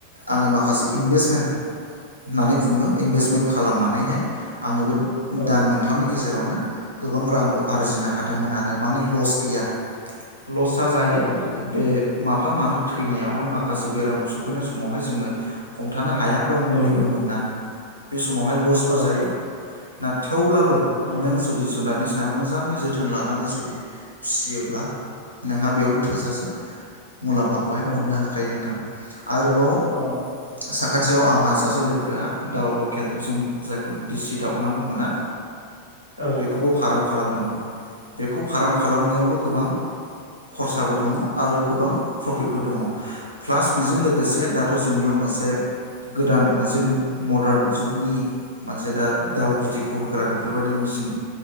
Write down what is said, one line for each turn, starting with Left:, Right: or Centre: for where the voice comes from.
Right: आङो माखासे माखासे इनभेस्टमेन्ट होननानै बुङो इनभेस्टमेन्ट खालामनानैहाय आङो बे
Left: औ
Right: दान मोनथामनि गेजेरावनो गोबां रां आरजिनो हादोंमोन आरो माने लस गैया लस आ जायो
Left: औ
Right: बे माफा मानै फैनायावहाय माखासे बेराम सफैनाय समावहाय जोङो हमथानो हाया बा मुलिबो
Left: अ औ
Right: मोना बेस समावहाय लसबो
Left: औ
Right: जायो नाथाय थेवब्लाबो
Left: औ
Right: नों जुदि जुनार स सायाव मोजाङै जोथोन लानानै जुदि फिसियोब्ला नोंहा बेयावनो थोजासे मुलाम्फाखौहाय
Left: औ
Right: मोननो हाखायो नोंथां आरोबाव
Left: औ
Right: साखाथि थियाव आं आंहा सासे लोगोआ दाउ लकेल जों जायखौ दिसि दाउ होनना बुङो ना
Left: औ
Right: बेखौबो फारम खालामदोंमोन बेखौ फार्म खालामनायावबो गोबां खरसाबो दङ आरो गोबां प्रफिटबो दङ प्लास बेजों लोगोसे दाथ' जोंनियाव मोनसे से गोदान मोनसे मदारन जुगनि मोनसे दा दाउ बिदै गहोग्रा बेफोरबायदि मेसिन